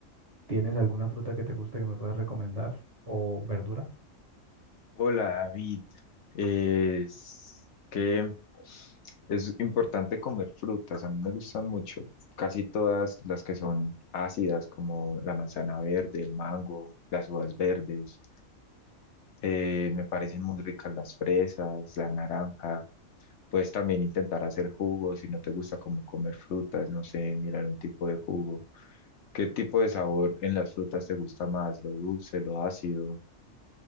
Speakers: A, on the right; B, on the left.
A: ¿Tienes alguna fruta que te guste que me puedas recomendar o verdura?
B: Hola David, es que es importante comer frutas, a mí me gustan mucho, casi todas las que son ácidas como la manzana verde, el mango, las uvas verdes, Eh, me parecen muy ricas las fresas, la naranja, puedes también intentar hacer jugos si no te gusta como comer frutas, no sé, mirar un tipo de jugo. ¿Qué tipo de sabor en las frutas te gusta más? ¿Lo dulce, lo ácido?